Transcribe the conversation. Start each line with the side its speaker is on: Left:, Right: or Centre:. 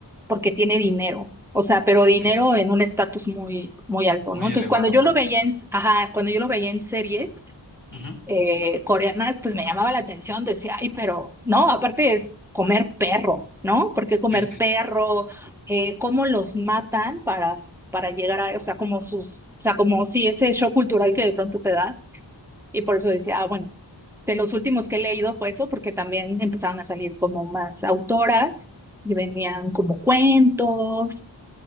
Centre: porque tiene dinero. O sea, pero
Left: ok,
Centre: dinero en un estatus muy, muy alto,
Left: muy
Centre: ¿no? Entonces,
Left: elevado,
Centre: cuando yo
Left: ¿no?
Centre: lo veía en, ajá, cuando yo lo veía en series
Left: Ujú,
Centre: eh, coreanas, pues me llamaba la atención, decía, ay, pero no, aparte es comer perro, ¿no? Porque comer
Left: Sí, sí.
Centre: perro, eh, cómo los matan para, para llegar a, o sea, como sus, o sea, como si ese shock cultural que de pronto te da, y por eso decía, ah, bueno, de los últimos que he leído fue eso, porque también empezaron a salir como más autoras y venían como cuentos